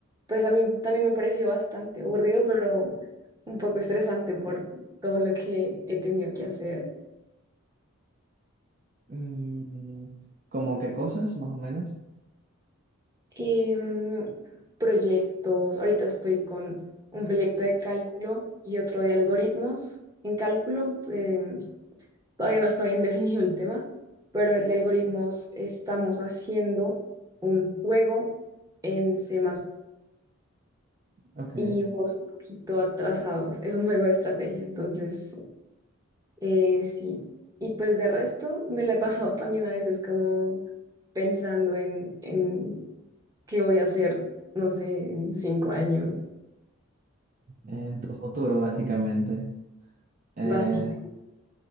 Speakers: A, on the right; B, on the right.
A: pues a mí también me pareció bastante aburrido, pero un poco estresante por todo lo que he tenido que hacer.
B: Mm, ¿Cómo qué cosas, más o menos?
A: Em, proyectos. Ahorita estoy con un proyecto de cálculo y otro de algoritmos en cálculo. em, todavía no está bien definido el tema, pero el de algoritmos estamos haciendo un juego en C++.
B: Ok.
A: y vamos un poquito atrasados. Es un juego de estrategia, entonces eh, sí. Y pues de resto me la he pasado también a veces como pensando en, en qué voy a hacer, no sé, en cinco años,
B: En tu futuro, básicamente. Eh,
A: básico.